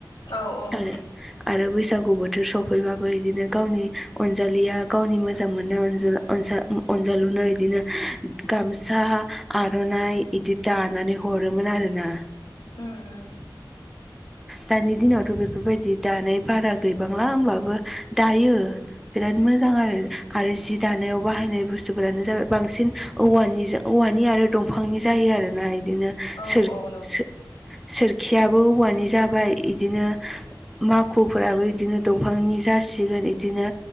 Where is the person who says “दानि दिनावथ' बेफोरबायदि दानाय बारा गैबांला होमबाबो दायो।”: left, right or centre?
Centre